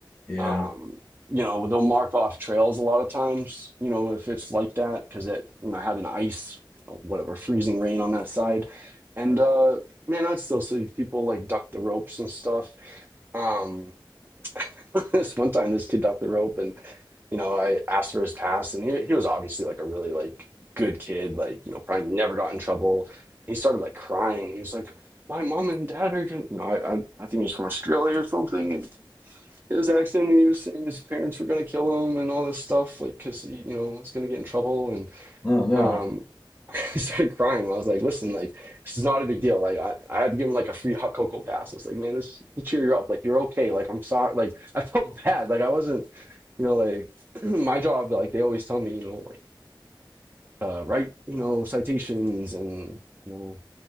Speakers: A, on the left; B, on the right.
A: Yeah.
B: Um you know they'll mark off trails a lot of times. You know if it's like that because it you know had an ice whatever freezing rain on that side, and uh man I still see people like duck the ropes and stuff. Um <laughs> this one time this kid ducked the rope and you know, I asked for his pass, and he he was obviously like a really like good kid, like you know, probably never got in trouble. And he started like crying. He was like, "My mom and dad are gonna," you know, I I, I think he was from Australia or something, and in his accent. And he was saying his parents were gonna kill him and all this stuff, like because he you know was gonna get in trouble. and.
A: I don't know.
B: Um, <laughs> I started crying. I was like, listen, like, this is not a big deal. Like, I, I had to give him like a free hot cocoa pass. It's like, man, this will cheer you up. Like, you're okay. Like, I'm sorry. Like, <laughs> I felt bad. Like, I wasn't, you know, like, <clears throat> my job, like, they always tell me, you know, like, uh, write, you know, citations and, you know,